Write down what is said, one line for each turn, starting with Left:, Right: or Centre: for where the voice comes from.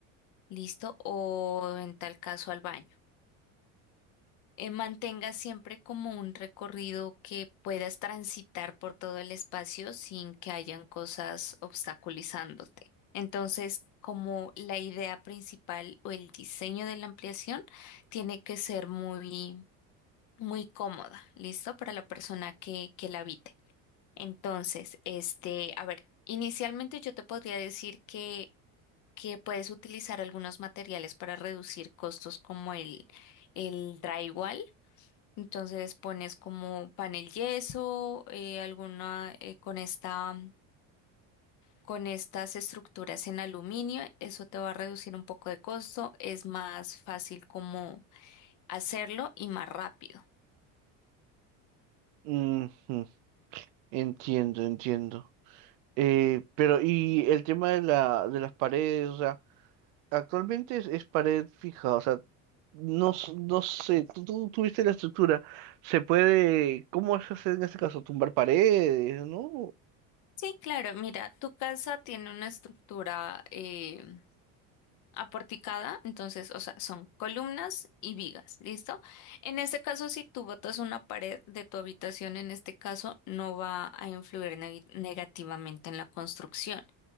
Left: ¿listo? O en tal caso al baño. Eh, mantenga siempre como un recorrido que puedas transitar por todo el espacio sin que hayan cosas obstaculizándote. Entonces, como la idea principal o el diseño de la ampliación tiene que ser muy, muy cómoda, ¿listo? Para la persona que, que la habite. Entonces, este, a ver, inicialmente yo te podría decir que, que puedes utilizar algunos materiales para reducir costos como el, el drywall. Entonces pones como panel yeso, eh, alguna eh, con esta, con estas estructuras en aluminio, eso te va a reducir un poco de costo, es más fácil como hacerlo y más rápido.
Right: Ujú, Entiendo, entiendo. Eh, pero, y el tema de la, de las paredes, o sea. Actualmente es, es pared fija, o sea, no, s- no sé, tú, tú tuviste la estructura, se puede, ¿cómo se hace en este caso? Tumbar paredes, ¿no?
Left: Sí, claro, mira, tu casa tiene una estructura eh, aporticada, entonces, o sea, son columnas y vigas, ¿listo? En este caso, si tú botas una pared de tu habitación, en este caso, no va a influir neg- negativamente en la construcción.